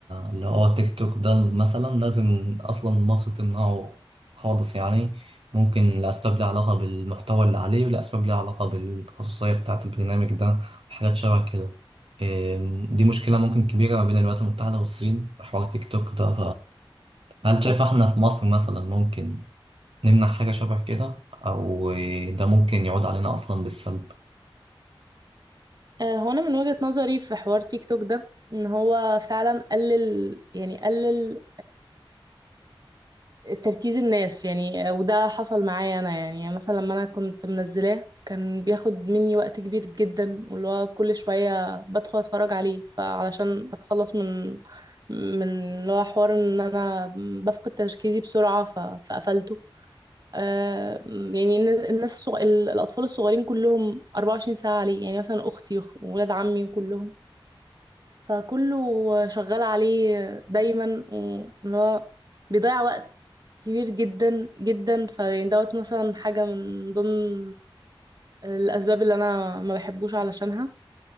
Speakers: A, on the right; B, on the right.
A: اللي هو تيك توك ده مثلا لازم اصلا مصر تمنعه خالص يعني ممكن لاسباب ليها علاقه بالمحتوى اللي عليه ولاسباب ليها علاقه بالخصوصيه بتاعه البرنامج ده وحاجات شبه كده آم، دي مشكله ممكن كبيره ما بين الولايات المتحده والصين في حوار تيك توك ده فهل
B: بالظبط
A: شايف احنا في مصر مثلا ممكن نمنع حاجه شبه كده او آه، ده ممكن يعود علينا اصلا بالسلب
B: آه، هو أنا من وجهة نظري في حوار تيك توك ده إن هو فعلا قلل يعني قلل تركيز الناس يعني وده حصل معايا انا يعني مثلا لما انا كنت منزلاه كان بياخد مني وقت كبير جدا واللي هو كل شوية بدخل اتفرج عليه فعلشان اتخلص من من اللي هو حوار ان انا بفقد تركيزي بسرعة ف... فقفلته آه يعني الن- الناس الصغ... الاطفال الصغيرين كلهم 24 ساعة عليه يعني مثلا اختي واولاد عمي كلهم فكله شغال عليه دايما اللي هو بيضيع وقت كبير جدا جدا فيعني دوت مثلا حاجة من ضمن الأسباب اللي أنا ما بحبوش علشانها